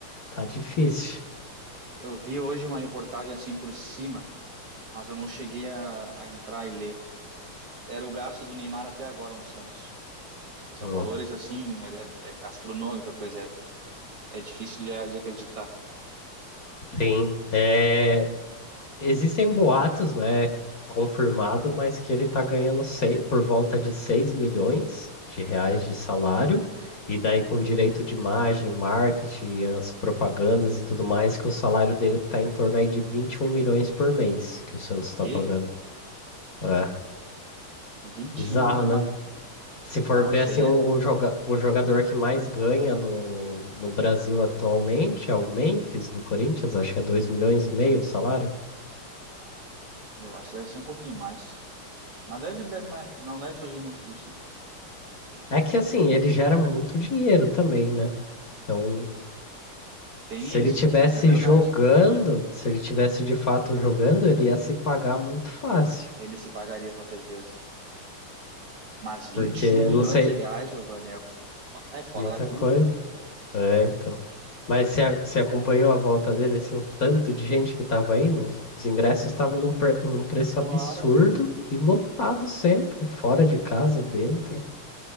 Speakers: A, on the left; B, on the right.
A: Tá difícil.
B: Eu vi hoje uma reportagem assim por cima, mas eu não cheguei a, a entrar e ler. Era o gasto do Neymar até agora no Santos. São
A: Ó,
B: valores assim, é, é- é astronômica a coisa, é, é difícil de, de acreditar.
A: Sim. é. Existem boatos, né, confirmado, mas que ele está ganhando sei- por volta de 6 milhões de reais de salário, e daí com direito de imagem, marketing, as propagandas e tudo mais, que o salário dele está em torno aí de 21 milhões por mês que o Santos está
B: Que?
A: pagando. É,
B: 21
A: bizarro,
B: milhões,
A: né? Se for
B: mas não,
A: ver
B: isso
A: assim,
B: aí
A: o,
B: é,
A: o joga- o jogador que mais ganha no, no Brasil atualmente é o Memphis do Corinthians, acho que é 2 milhões e meio o salário.
B: eu acho que deve ser um pouquinho mais. Mas deve, deve- mas não deve fugir muito disso.
A: É que assim, ele gera muito dinheiro também, né? Então,
B: Tem
A: se ele
B: isso,
A: tivesse
B: isso é verdade.
A: jogando, se ele tivesse de fato jogando, ele ia se pagar muito fácil.
B: Ele se pagaria com certeza. Mas 21
A: Porque,
B: milhões
A: não sei,
B: de reais, Giovanni, é, ah, é fora
A: muita
B: da curva?
A: coisa. É, então. Mas você, a- você acompanhou a volta dele, assim, o tanto de gente que tava aí, os, os ingressos estavam num, pre- num preço
B: Claro.
A: absurdo e lotado sempre, fora de casa, dentro.